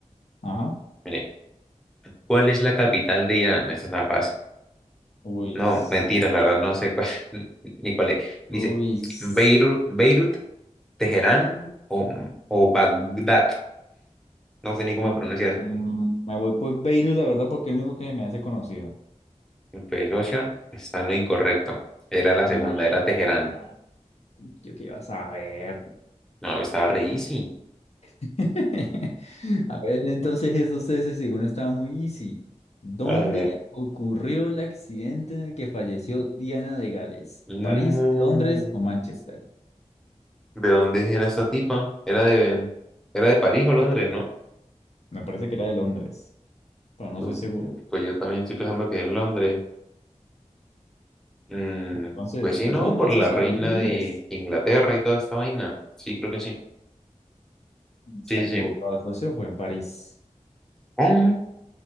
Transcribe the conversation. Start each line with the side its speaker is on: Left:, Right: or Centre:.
Left: Ajá.
Centre: Mire, ¿cuál es la capital de Irán? Esa está fácil.
Left: Uy.
Centre: No,
Left: s-
Centre: mentiras, la verdad no sé cuál, <laughs> ni cuál es. Dice,
Left: Uy. s-
Centre: Beirut, Beirut, Teherán o, o Bagdad. No sé ni cómo
Left: Mm,
Centre: pronuncia eso.
Left: mm, Me voy por Beirut, la verdad, porque es el único que me hace conocido.
Centre: Pues, socio, está en lo incorrecto. Era la
Left: Nah,
Centre: segunda, era Teherán.
Left: yo qué iba a saber.
Centre: No, estaba re easy.
Left: <laughs> A ver, entonces eso ustedes ese segundo estaba muy easy. ¿Dónde
Centre: Ah,
Left: ocurrió el accidente en el que falleció Diana de Gales?
Centre: No.
Left: ¿París, Londres o Manchester?
Centre: ¿De dónde era esa tipa? Era de, era de París o Londres, ¿no?
Left: Me parece que era de Londres, pero no
Centre: No,
Left: soy seguro.
Centre: Pues yo también estoy pensando que en Londres. Mm,
Left: Entonces,
Centre: pues sí,
Left: ¿es
Centre: ¿no?
Left: Londres,
Centre: Por la
Left: socio?
Centre: reina
Left: Elige Londres.
Centre: de Inglaterra y toda esta vaina. Sí, creo que sí.
Left: Está
Centre: Sí,
Left: equivocado,
Centre: sí, sí.
Left: socio, fue en París.
Centre: ¿Cómo?